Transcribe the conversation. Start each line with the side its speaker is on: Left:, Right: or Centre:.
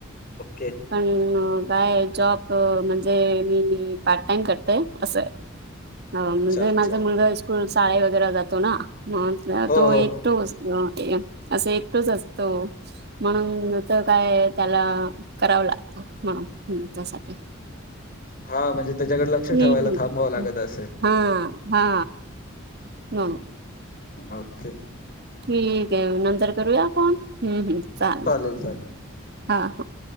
Left: ओके
Right: पण काय जॉब म्हणजे? मी पार्ट टाइम करते असं. हो म्हणजे
Left: अच्छा अच्छा
Right: माझा मुलगा स्कूल, शाळे वगैरे जातो ना. मग,
Left: हो
Right: तो एकटो
Left: हो.
Right: असतो असं एकटोच असतो, म्हणून तर काय त्याला. करावं लागतं, म्हणून त्यासाठी.
Left: हा. म्हणजे त्याच्याकडे लक्ष
Right: ठीक
Left: ठेवायला थांबावं लागत असेल.
Right: हा. हा.. हो.
Left: ओके.
Right: ठीक आहे नंतर करूया‌ का, फोन हम् हम् चालेल.
Left: हिल सात.
Right: हा. हा.